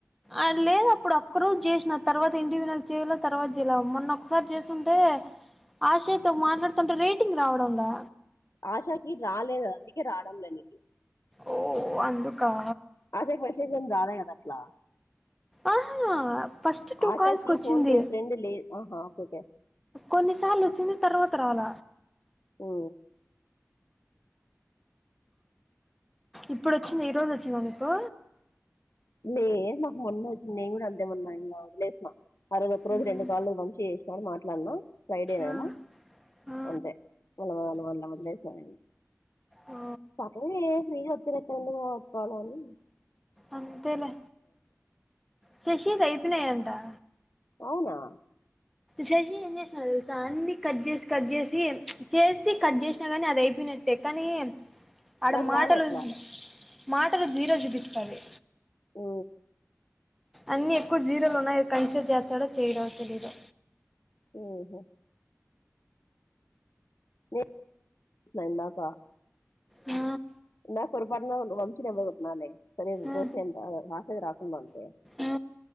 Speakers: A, in the centre; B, on the left.
A: అర్ లేద్ అప్పుడు ఒక్క రోజ్ చేసిన తర్వాత ఇండివిరల్ చేయలో తర్వాత చేయ్ల మొన్న ఒక్ సారి చేసుంటే ఆశయ్ తొ మాట్లాడుతుంటే రేటింగ్ రావడంలా
B: ఆశాకి రాలేదు అందుకె రావడంల నీకి
A: ఓ అందుక్ ఆ
B: ఆశాకి మెసేజ్ ఏం రాల కదట్ల
A: ఆహా ఫస్ట్ టూ
B: ఆశాకి
A: కాల్స్ కొచ్చింది
B: ఫోన్ పే ఫ్రెండ్ లే ఆహా ఓకే ఓకే
A: కొన్నిసార్లు వొ చ్చిన్ తర్వాత క రాల
B: ఓ
A: ఇప్పుడొచ్చింది ఈ రోజొచ్చిందా నీకు
B: లే మాక్ మొన్నె వచ్చింది నేన్ కూడా అంతె మొన్న ఇంగ వదిలేసిన ఆరోజు ఒక్కరోజు
A: ఉమ్,
B: రెండు కాళ్లు వంశీ చే మరి మాట్లాడనా ఫ్రైడే నేమో
A: ఆ, ఆ,
B: అంతే మల్ల వల్ల వదిలేసా నేను
A: ఓ,
B: సరేలే ఫ్రీగా రేపు నుండి పోతానాని ఇ
A: అంతంతేలే శశి కి అయిపోయినాయనే ఆ
B: అవునా
A: శశి ఏం చేసిన నాడు తెలుస అన్ని కట్ చేసి కట్ చేసి చేసి కట్ చేసినా కాగాని అది అయిపోయినట్టే కానీ ఆడ
B: నాకు
A: మాటలు
B: రాలే అట్లా
A: మాటలు జీరో చూపిస్తాది
B: ఊ
A: అన్ని ఎక్కువ జీరోలు ఉన్నాయి కన్సిడర్ చేస్తాడ చేయడో తెలిదు
B: ఉహు ఏ నైన్ దాకా
A: ఆ
B: ఇందాక పొరపాటున వంశీ నెంబర్ కొట్టిన లే అదేంది
A: ఆ
B: దోస్త్ ఏంది మా సైడు రా ఉందంటే
A: ఆ